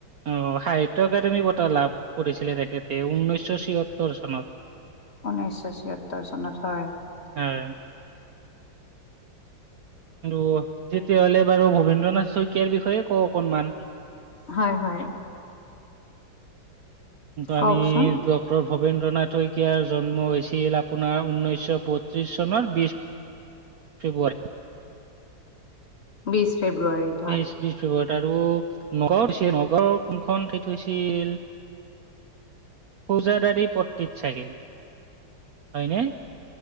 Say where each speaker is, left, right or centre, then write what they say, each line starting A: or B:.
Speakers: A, on the right; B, on the left.
A: অ সাহিত্য‌ একাডেমি বঁটা লাভ কৰিছিলে তেখেতে ঊনৈছশ চিসত্তৰ চনত।
B: ঊনৈছশ ছিয়ত্তৰ চনত হয়
A: হয়। আৰু তেতিয়াহ'লে বাৰু ভবেন্দ্ৰনাথ শইকীয়াৰ বিষয়ে কওঁ অকনমান।
B: হয়, হয়।
A: আমি
B: কওকচোন
A: ডক্টৰ ভ ৱেন্দ্ৰনাথ শইকীয়াৰ জন্ম হৈছিল আপোনাৰ ঊনৈছশ বত্ৰিশ চনৰ বিশ ফেব্ৰুৱাৰী।
B: বিশ ফেব্ৰুৱাৰী।
A: বিশ, বিশ ফেব্ৰুৱাৰীত আৰু নগাঁও নগাঁৱৰ কোনখন ঠাই থৈছিল? ফৌজাদাৰী পট্টিত চাগে। হয়নে?